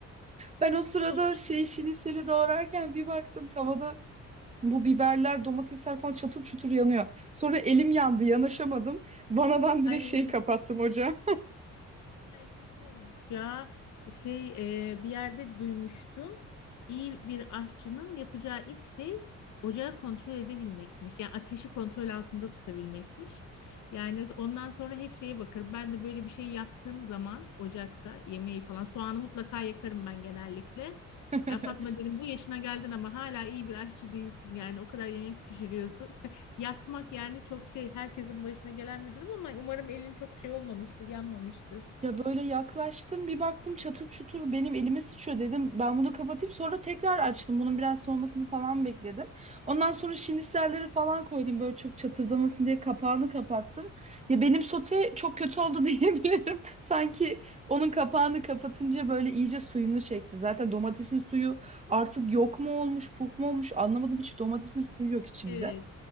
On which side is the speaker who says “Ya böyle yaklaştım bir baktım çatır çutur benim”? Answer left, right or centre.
Right